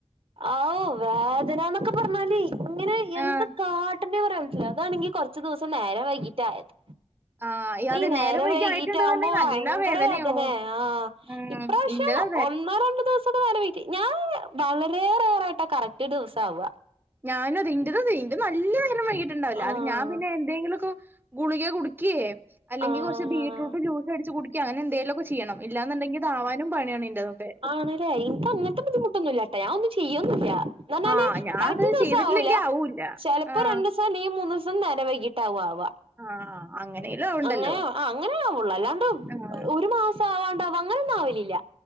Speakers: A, on the right (about 55°); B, on the right (about 20°).
A: ഔ വേദനന്നൊക്കെ പറഞ്ഞാലേ ഇങ്ങനെ എന്താ
B: ആഹ്
A: കാട്ടണ്ടേ പറയാൻ പറ്റുല്ലാ അതാണെങ്കി കൊറച്ചു ദിവസം നേരം വൈകീട്ട ആയത്
B: ആഹ് അതെ
A: ഈ നേരെ
B: നേരം വൈകി
A: വൈകീറ്റാകുമ്പോ
B: ആയിട്ടുണ്ട്ന്നുണ്ടെങ്കി നല്ല
A: ഭയങ്കര
B: വേദനയാവും
A: വേദന ആ
B: ഉം
A: ഇപ്രാവശ്യം
B: ഇന്റത്
A: ഒ ന്നോ രണ്ടോ ദിവസക്കെ നേരം വഴിഗി ഞാൻ വളരെ റേറായിട്ട് കറക്റ്റ് ദിവസം ആവ
B: ഞാനും അതേ ഇന്റെതും അതേ ഇന്റെത് നല്ലോം നേരം വൈകിട്ട്ണ്ടാവില്ല
A: ആഹ്
B: അത് ഞാൻ പിന്നെ എന്തെങ്കിലുലോക്കെ ഗുളിക കുടിക്കെ അല്ലെങ്കി
A: ആഹ്
B: കുച്ച് ബീറ്റ്റൂട്ട് ജൂസ് അടച്ച് കുടിക്കെ അങ്ങനെ എന്തേല്ലൊക്കെ ചെയ്യണം ഇല്ലാന്ന് ണ്ടങ്കി ഇതാവാനും പണിയാണ് ഇന്റെതൊക്കെ
A: ആൺല്ലേ എനിക്ക് അങ്ങനത്തെ ബുദ്ധിമുട്ടൊന്നുംല്ലാട്ടാ ഞാൻ ഒന്നും ചെയ്യന്നുല്ല എന്നാല്
B: ആഹ് ഞാൻ
A: കറക്
B: അത്
A: റ്റ് ദിവസം
B: ചെയ്തിട്ടില്ലെങ്കി
A: ആവൂല
B: ആവൂല്ല
A: ചിലപ്പോ
B: ആഹ്
A: രണ്ടു ദിവസം ലെങ്കി മൂന്ന് ദിവസം നേര വൈകിട്ട ആവാ ആവാ
B: ആഹ് അങ്ങനെലും ആവണ്ടല്ലോ
A: അങ്ങനെ ആ അങ്ങനെ ആവുള്ളൂ അല്ലാണ്ട്
B: ആഹ്
A: ഒരു മാസം ആവാണ്ടാവ അങ്ങനെ ഒന്നും ആവലില്ല